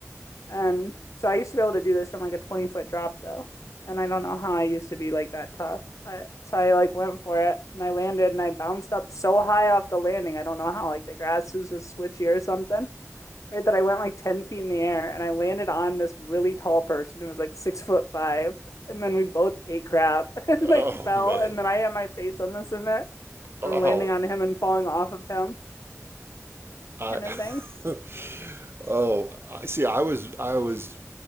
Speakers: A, on the left (about 80°); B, on the right (about 50°).
A: And so I used to be able to do this from like a 20 foot drop though. And I don't know how I used to be like that tough. But so I like went for it and I landed and I bounced up so high off the landing. I don't know how like the grass was just squishy or something right that I went like 10 feet in the air and I landed on this really tall person who was like six foot five. And then we both ate crap <laughs> and
B: Oh
A: like fell.
B: man.
A: And then I had my face on the cement from
B: Oh,
A: landing on him and falling off of him,
B: I
A: kind of thing.
B: <laughs> oh, I see. I was I was